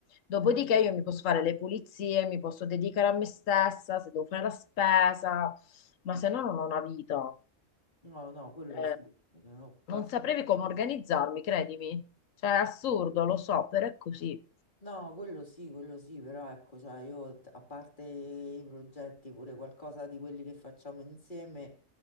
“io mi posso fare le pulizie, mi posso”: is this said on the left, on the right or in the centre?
Left